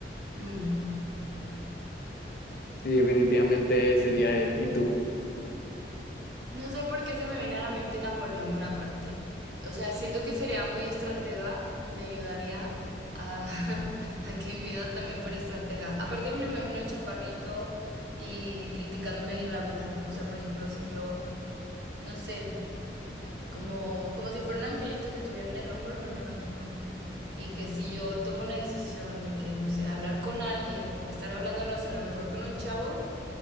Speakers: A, on the right (about 80°); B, on the left (about 55°).
A: Mm.
B: Sí, definitivamente sería él. ¿Y tú?
A: No sé por qué se me viene a la mente Napoleón Bonaparte. O sea, siento que sería muy estratega y me ayudaría a, <laughs> a que mi vida también fuera estratega. Aparte me lo imagino chaparrito y criticándome la vida. O sea, por ejemplo, si yo, no sé, Como, como si fuera un angelito que tuviera en el hombro, me lo imagino. Y que si yo tomo una decisión de que, no sé, hablar con alguien o estar hablando, no sé, a lo mejor con un chavo